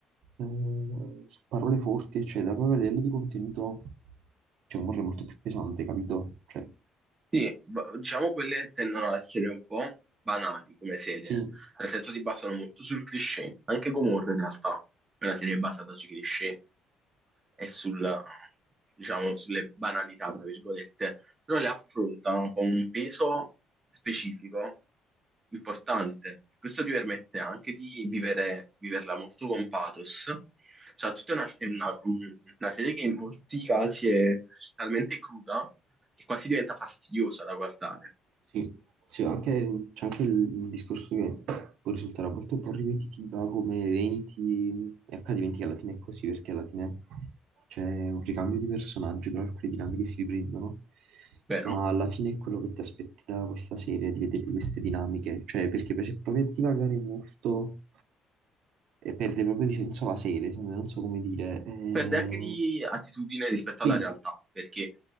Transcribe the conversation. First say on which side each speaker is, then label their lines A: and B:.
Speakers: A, on the right; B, on the right.
A: eh, su parole forti, eccetera. Poi a livello di contenuto c'è un amore molto più pesante, capito? Cioè,
B: Sì, b- diciamo quelle tendono ad essere un po' banali come serie,
A: sì,
B: nel senso si basano molto sul cliché, anche Gomorra in realtà è una serie basata sui cliché e sul, diciamo, sulle banalità, tra virgolette, però le affrontano con un peso specifico importante. Questo ti permette anche di vivere, viverla molto con pathos cioè, tutta una, è una- una serie che in molti casi è talmente cruda che quasi diventa fastidiosa da guardare,
A: Sì, sì, anche- c'è anche il, il discorso che può risultare a volte un po' ripetitiva come eventi e accadimenti che alla fine è così, perché alla fine c'è un ricambio di personaggi, però alcune dinamiche si riprendono,
B: vero?
A: ma alla fine è quello che ti aspetti da questa serie, di vedere queste dinamiche, cioè perché per se provi a divagare molto e perde proprio di senso la serie, se- non so come dire, eh,
B: Perde anche di attitudine rispetto
A: sì,
B: alla realtà, perché